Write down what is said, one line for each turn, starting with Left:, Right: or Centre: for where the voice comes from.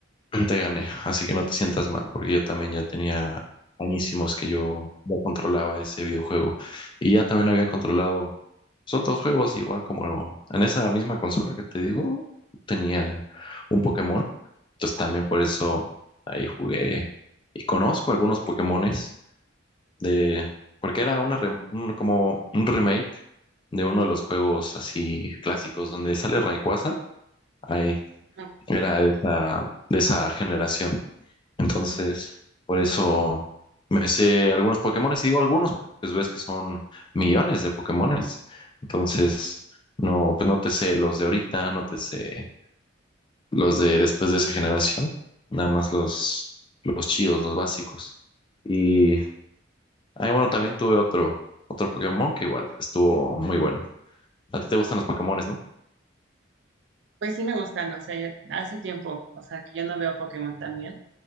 Left: te gané, así que no te sientas mal, porque yo también ya tenía añísimos que yo ya controlaba ese videojuego. Y ya también había controlado pues, otros juegos, igual como en esa misma consola que te digo, tenía un Pokémon. Entonces también por eso ahí jugué y conozco algunos Pokémones de, porque era una rem- un- como un remake de uno de los juegos así clásicos donde sale Rayquaza. Ahí
Right: Ujú.
Left: era de esa, de esa generación. Entonces, por eso me sé algunos Pokémones y digo algunos, porque pues ves que son millones de Pokémones. Entonces, no, pues no te sé los de ahorita, no te sé los de después de esa generación, nada más los, los chidos, los básicos. Y, ay, bueno, también tuve otro, otro Pokémon que igual estuvo muy bueno. A ti te gustan los Pokémones, ¿no?
Right: Pues sí me gustan, o sea, ya hace tiempo, o sea, que yo no veo Pokémon también.